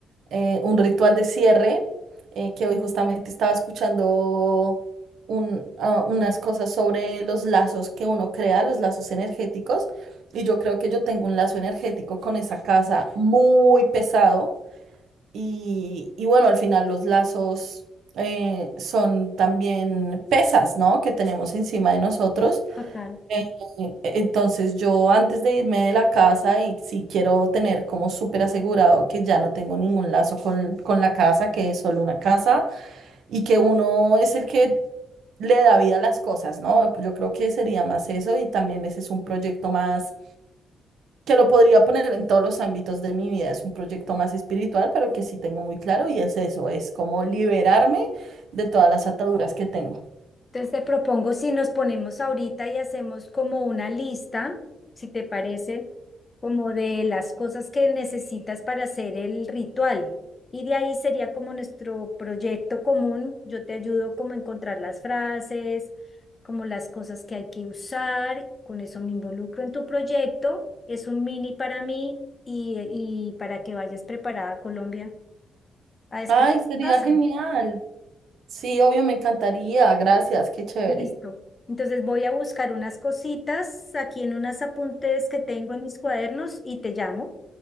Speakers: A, on the right; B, on the left.
A: eh, un ritual de cierre, eh, que hoy justamente estaba escuchando un- ah, unas cosas sobre los lazos que uno crea, los lazos energéticos, y yo creo que yo tengo un lazo energético con esa casa muy pesado, y, y bueno, al final los lazos eh, son también pesas, ¿no? Que tenemos encima de nosotros.
B: Total.
A: Eh, Entonces yo antes de irme de la casa y si quiero tener como súper asegurado que ya no tengo ningún lazo con, con la casa, que es solo una casa y que uno es el que le da vida a las cosas, ¿no? Pues Yo creo que sería más eso y también ese es un proyecto más que lo podría poner en todos los ámbitos de mi vida, es un proyecto más espiritual, pero que sí tengo muy claro y es eso, es como liberarme de todas las ataduras que tengo.
B: Entonces te propongo si nos ponemos ahorita y hacemos como una lista, si te parece, como de las cosas que necesitas para hacer el ritual. Y de ahí sería como nuestro proyecto común. Yo te ayudo como a encontrar las frases, como las cosas que hay que usar. Con eso me involucro en tu proyecto. Es un mini para mí y, y para que vayas preparada a Colombia a despedir
A: Ay,
B: tu
A: sería
B: casa.
A: genial. Sí, obvio, me encantaría. Gracias, qué chévere.
B: Listo. Entonces voy a buscar unas cositas aquí en unos apuntes que tengo en mis cuadernos y te llamo.